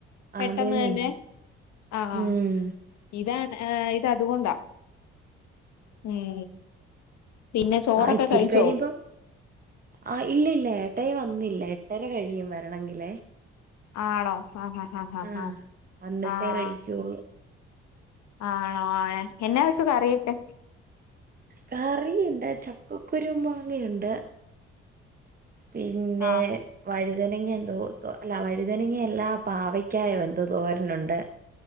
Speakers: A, on the left; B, on the right.
A: പെട്ടെന്ന്
B: അതേന്നെ
A: തന്നെ ആഹ്
B: ഉം
A: ഇതാണ് ഇത് അതുകൊണ്ടാ ഉം പിന്നെ ചോറൊക്കെ
B: ആഹ് ഇച്ചിരി
A: കഴിച്ചോ
B: കഴിഞ്ഞിപ്പം ആഹ് ഇല്ല ഇല്ല ഏട്ടായി വന്നില്ല എട്ടര കഴിയും വരണെങ്കിൽ.
A: ആണോ ആഹ് ഹാ ഹ ഹാ
B: ആ
A: ഹ
B: വന്നിട്ടേ
A: ആഹ്
B: കഴിക്കുള്ളൂ
A: ആണോ ഏ എന്നാ വെച്ചു കറിയൊക്കെ?
B: കറി എന്താന്നെച്ചാ ചക്കക്കുരു മാങ്ങയുണ്ട്. പിന്നെ
A: ആ
B: വഴുതനങ്ങ എന്തോ തോ അല്ല വഴുതനങ്ങയല്ല പാവയ്ക്കായും എന്തോ തോരനുണ്ട്.